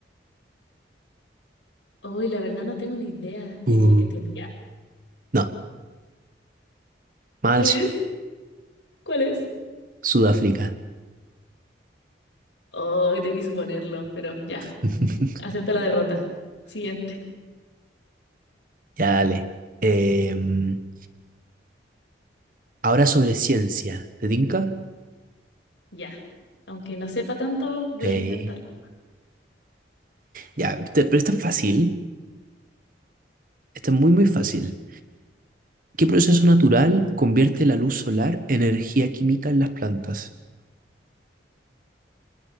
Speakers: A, on the left; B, on the right.
A: Hoy, la verdad no tengo ni idea.
B: Uh,
A: Eh, ¿Etiopía?
B: no, mal
A: ¿Cuál
B: Sud-
A: es? ¿Cuál es?
B: Sudáfrica.
A: Hoy debí suponerlo, pero ya,
B: <laughs>
A: acepto la derrota. Siguiente.
B: Ya dale. Em, ahora sobre ciencia, ¿te tinca?
A: Ya. Aunque no sepa tanto, voy
B: Sí.
A: a intentarlo.
B: Ya, este- pero esta es fácil. Esta es muy, muy fácil. ¿Qué proceso natural convierte la luz solar en energía química en las plantas?